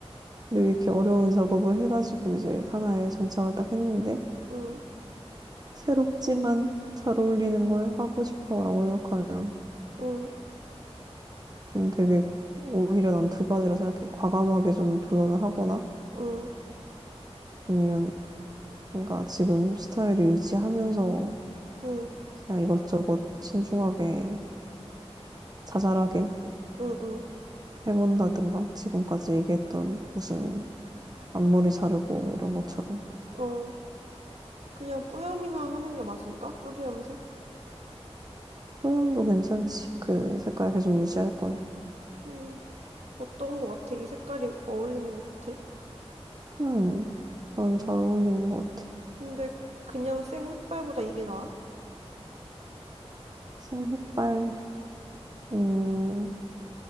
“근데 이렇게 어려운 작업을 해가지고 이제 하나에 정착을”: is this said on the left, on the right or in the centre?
Right